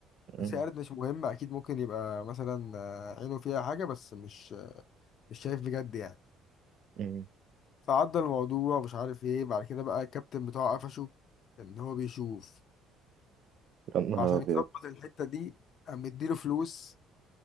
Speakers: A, on the left (about 55°); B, on the right (about 60°).
A: بس
B: مم،
A: هي قالت مش مهم اكيد ممكن يبقى مثلا آه، عينه فيها حاجة بس مش مش شايف بجد يعني
B: مم.
A: فعدى الموضوع مش عارف ايه بعد كده بقى الكابتن بتاعه قفشه ان هو بيشوف
B: يا نهار
A: عشان
B: ابيض
A: يظبط الحتة دي قام مديله فلوس